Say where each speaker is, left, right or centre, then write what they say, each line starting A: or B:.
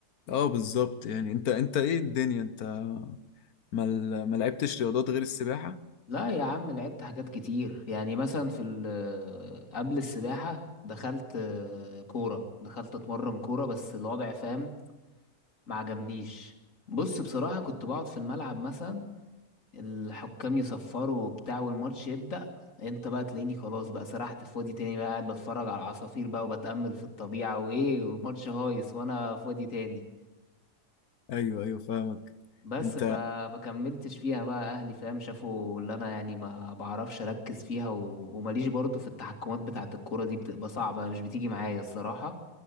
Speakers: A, on the left; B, on the left.
A: اه بالظبط يعني انت انت ايه الدنيا انت ما ل- ما لعبتش رياضات غير السباحه
B: لا يا عم لعبت حاجات كتير يعني مثلا في ال- آه، قبل السباحة دخلت آه، كورة دخلت اتمرن كورة بس الوضع فاهم ما عجبنيش بص بصراحة كنت بقعد في الملعب مثلا الحكام يصفروا وبتاع والماتش يبدأ انت بقى تلاقيني خلاص بقى سرحت في وادي تاني بقى قاعد بتفرج على العصافير بقى وبتأمل في الطبيعة وايه والماتش هايص وانا في وادي تاني
A: ايوه ايوه فاهمك
B: بس
A: انت
B: فما كملتش فيها بقى اهلي فاهم شافوا اللي انا يعني ما بعرفش اركز فيها و... وماليش برضو في التحكمات بتاعه الكوره دي بتبقى صعبه مش بتيجي معايا الصراحه